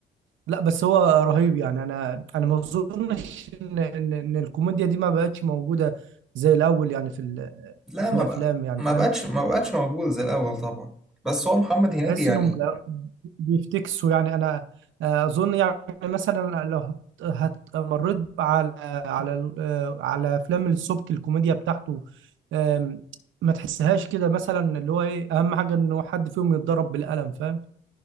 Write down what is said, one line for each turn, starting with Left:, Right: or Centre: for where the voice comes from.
Right: لا بس هو رهيب يعني انا انا ما اظنش ان ان إن الكوميديا دي ما بقتش موجوده زي الاول يعني في ال-
Centre: لا
Right: في
Centre: ما
Right: الافلام
Centre: بقى
Right: يعني
Centre: ما
Right: فاهم
Centre: بقتش ما بقتش موجود زي الاول طبعا بس هو محمد هنيدي
Right: بحس
Centre: يعني
Right: انهم بقى- بيفتكسوا يعني انا آه، اظن يعني مثلا لو هت هت- مريت على على ال- آه، على افلام السبكي الكوميديا بتاعته آم، ما تحسهاش كده مثلا اللي هو ايه اهم حاجه انه حد فيهم يتضرب بالقلم فاهم